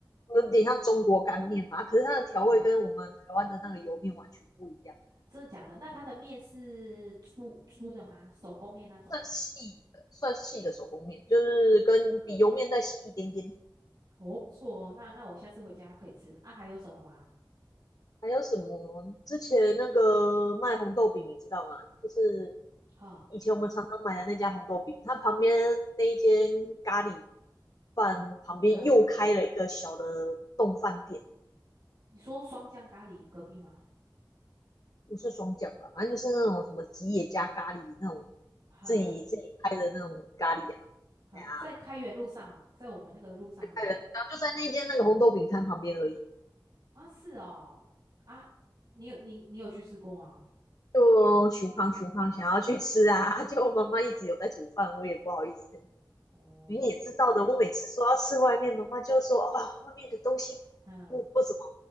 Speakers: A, on the left; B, on the right.
A: 有点像中国干面嘛，可是它的调味跟我们台湾的那个油面完全不一样。
B: 哈。真的假的？那它的面是粗粗的吗？手工面那种吗？
A: 算细的，算细的手工面，就是跟比油面再细一点点。
B: 哈，哦，不错哦，那那我下次回家可以吃啊。还有什么吗？
A: 还有什么？之前那个卖红豆饼，你知道吗？就是
B: 哈，
A: 以前我们常常买的那家红豆饼，它旁边那一间咖喱饭旁边又开了一个小的冻饭店，
B: 看你说双酱咖喱隔壁吗？
A: 不是双饺吧？反正就是那种什么吉野家咖喱那种
B: 哈
A: 自己自己开的那种咖喱啊，
B: 哈，
A: 哎呀、
B: 在开元路上嘛，在我们那个路上，对不对？
A: 开的，然后就在那间那个红豆饼摊旁边而已。
B: 啊，是哦，啊，你有你你有去吃过吗？
A: 就熊胖熊胖想要去吃啊，<laughs> 就妈妈一直有在煮饭，我也不好意思的。
B: 哦，
A: 你也知道的，
B: 是的，
A: 我每次说要吃外面，妈妈就说啊，外面的东西
B: 嗯，
A: 不不怎么